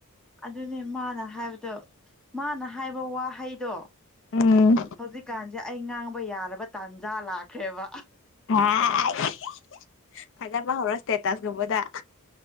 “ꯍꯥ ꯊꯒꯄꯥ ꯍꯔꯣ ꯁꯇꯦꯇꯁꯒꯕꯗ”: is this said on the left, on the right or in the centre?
Left